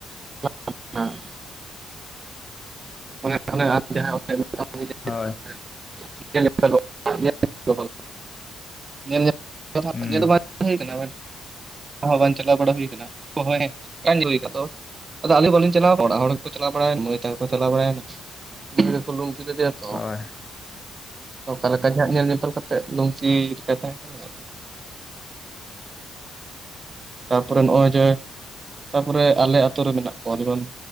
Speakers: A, on the right; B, on the left.
A: <unintelligible> ᱚᱱᱮ ᱟᱢ ᱡᱟᱦᱟᱸ <unintelligible>
B: ᱦᱳᱭ
A: <unintelligible> ᱧᱮᱞ <unintelligible>
B: ᱦᱩᱸ
A: ᱵᱟᱝ ᱦᱩᱭ ᱠᱟᱱᱟ᱾ ᱦᱚᱸ ᱵᱟᱝ ᱪᱟᱞᱟᱣ ᱵᱟᱲᱟ ᱦᱩᱭ ᱠᱟᱱᱟ <unintelligible> ᱟᱫᱚ ᱟᱞᱤᱧ ᱵᱟᱞᱤᱧ ᱪᱟᱞᱟᱣ ᱱᱟ ᱚᱲᱟᱜ ᱦᱚᱲ ᱠᱚ ᱪᱟᱞᱟᱣ ᱵᱟᱲᱟ ᱢᱟᱹᱭ ᱛᱟᱠᱚ ᱡᱚ ᱪᱟᱞᱟ ᱵᱟᱲᱟᱭ ᱱᱟ ᱤᱭᱟᱹ ᱠᱚ ᱞᱩᱝᱛᱤ ᱠᱮᱫᱮᱭᱟ ᱛᱚᱸ
B: ᱦᱳᱭ
A: ᱚᱠᱟ ᱞᱮᱠᱟ ᱡᱟᱦᱟᱸ ᱧᱮᱞ ᱧᱮᱯᱮᱞ ᱠᱟᱛᱮᱜ ᱞᱩᱝᱛᱤ ᱞᱮᱠᱟᱭ ᱛᱟᱦᱮᱸ ᱠᱟᱱᱟ ᱟᱫᱚ ᱛᱟᱯᱚᱨᱮ ᱱᱚᱜ-ᱚᱭ ᱡᱮ ᱛᱟᱯᱚᱨᱮ ᱟᱞᱮ ᱟᱛᱳ ᱨᱮ ᱢᱮᱱᱟᱜ ᱠᱚᱣᱟ ᱡᱮᱢᱚᱱ